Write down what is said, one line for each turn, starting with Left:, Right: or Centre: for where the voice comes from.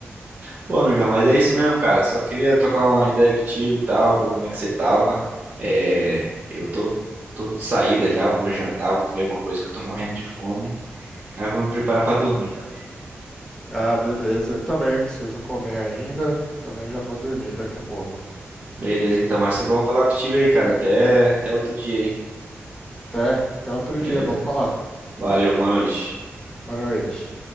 Right: Pô, amigão, mas é isso mesmo, cara. Só queria trocar uma ideia contigo e tal, ver como é que você tava. É, eu tô, tô de saída já, vou jantar, vou comer alguma coisa que eu tô morrendo de fome. Aí eu vou me preparar pra dormir também.
Left: Ah, beleza. Eu também preciso comer ainda. Também já vou dormir daqui a pouco.
Right: Beleza, então, mas só vamos falar contigo aí, cara. Até, até outro dia aí,
Left: Até, até outro
Right: beleza?
Left: dia, vamos falar.
Right: Valeu, boa noite.
Left: Boa noite.